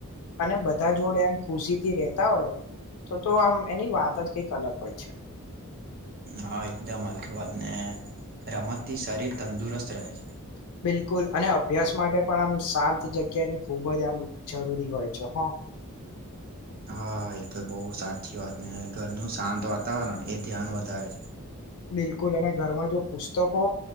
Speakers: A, on the left; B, on the right.
A: અને બધા જો, ડે એમ ખુશી, થી રેતા હોય. તો, તો આમ એની વાત જ કઈક અલગ, હોય છે.
B: હા, એકદમ અલગ, વાત ને રમત થી શરીર તંદુરસ્ત રહે છે.
A: <inaudible> બિલકુલ, અને અભ્યાસ માટે પણ આમ શાંત જગ્યાની ખૂબજ આમ જરૂરી હોય છે. <inaudible>
B: હા, એક તો બહુ સાચી વાત ને ઘરનું શાંત વાતાવરણ એ ધ્યાન વધારે.
A: બિલકુલ, અને ઘરમા જો પુસ્તકો